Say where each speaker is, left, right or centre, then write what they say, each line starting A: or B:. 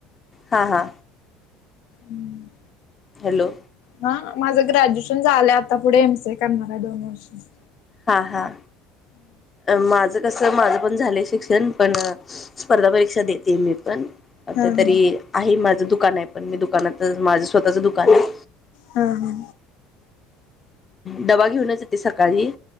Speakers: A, on the left; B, on the left.
A: हा हा
B: हम्म
A: हॅलो
B: हा माझं ग्रॅज्युएशन झालंय आता पुढे एम सी ए करणार आहे दोन वर्षाच
A: हा हा माझं कसं माझं पण झालं शिक्षण पण स्पर्धा परीक्षा देते मी पण आता
B: हा हा
A: तरी आहे माझं दुकान आहे पण मी दुकानात माझं स्वतःच दुकान आहे.
B: हा
A: डबा घेऊनच येते सकाळी